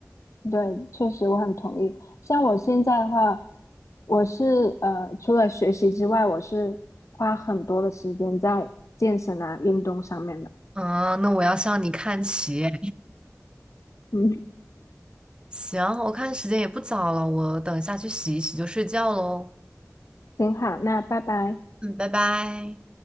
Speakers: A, on the left; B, on the right.
A: 对，确实我很同意。像我现在的话，我是呃，除了学习之外，我是花很多的时间在健身啊、运动上面的。
B: <laughs> 嗯，那我要向你看齐哎
A: 嗯，
B: 行，我看时间也不早了，我等一下去洗一洗就睡觉喽。
A: 挺好，那拜拜。
B: 嗯，拜拜。